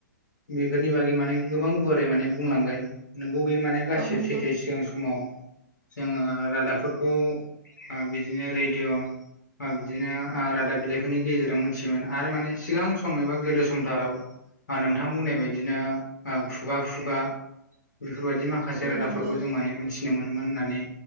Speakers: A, on the left; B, on the right.
A: बेफोरनि बागै माने गोबां गुवारै माने बुंलांबाय। नोंगौ बे माने गासैबो
B: औ नंगौ
A: सैथो सिगां समाव जोङो रादाबफोरखौ ओ बिदिनो रेडिअ' ओ बिदिनो रादाब बिलाइ बेफोरनि गेजेरजों मिथियोमोन आरो माने सिगां सम एबा गोदो समथाराव ओ नोंथां बुंनाय बायदिनो ओ खुगा खुगा बेफोरबायदि माख माखासे
B: औ
A: रादाबफोरखौ
B: नंगौ
A: जों माने मिथिनो मोनोमोन होननानै